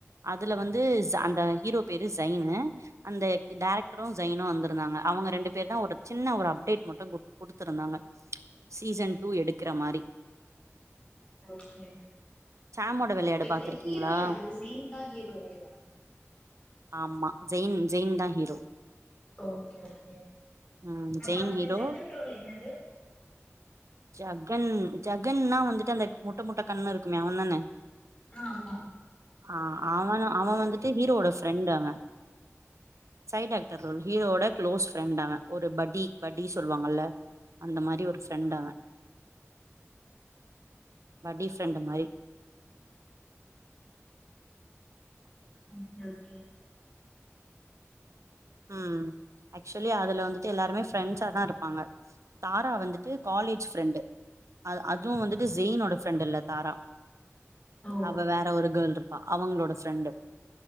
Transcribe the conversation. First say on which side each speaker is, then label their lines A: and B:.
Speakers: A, on the right (about 80°); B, on the left (about 25°).
A: அதுல வந்து ஷ் அந்த ஹீரோ பேரு ஷைனு அந்த டைரக்டரு ஷைனு வந்திருந்தாங்க அவங்க ரெண்டு பேர் தா ஒரு சின்ன ஒரு அப்டேட் மட்டு குட் குடுத்துருந்தாங்க சீசன் டூ எடுக்கிற மாரி
B: ஓகே
A: சாமோட வெளையாடு
B: அப்ப இதுல
A: பாத்திருக்கீங்களா
B: ஹீரோ யாரு ஸெய்ன்தா ஹீரோவேவா
A: ஆமா ஜெயின் ஜெயின் தா ஹீரோ
B: ஓகே ஓகே
A: ம்
B: அப்ப
A: ஜெயின்
B: அதுல
A: ஹீரோ
B: ஜகன் ரோல் என்னது
A: ஜகன் ஜகன்னா வந்துட்டு அந்த முட்ட முட்ட கண்ணுருக்குமே அவன்தான
B: ஆ ஆமா
A: ஆ அவன அவ வந்துட்டு ஹீரோட ஃப்ரெண்டு அவ சைட் ஆக்டர் ரோல் ஹீரோவோட க்ளோஸ் ஃப்ரெண்ட் அவ ஒரு பட்டி பட்டி சொல்வாங்கல்ல அந்த மாரி ஒரு ஃப்ரெண்ட் அவ பட்டி ஃப்ரெண்டு மாரி
B: ஓகே ஓகே
A: ம் ஆக்சுவலி அதுல வந்துட்டு எல்லாருமே ஃப்ரெண்ஸாதா இருப்பாங்க தாரா வந்துட்டு காலேஜ் ஃப்ரெண்டு அ அதுவு வந்துட்டு ஜெயினோட ஃப்ரெண்டில்ல தாரா
B: ஓ
A: அவ வேற ஒரு கேள்ருப்பா அவங்களோட ஃப்ரெண்டு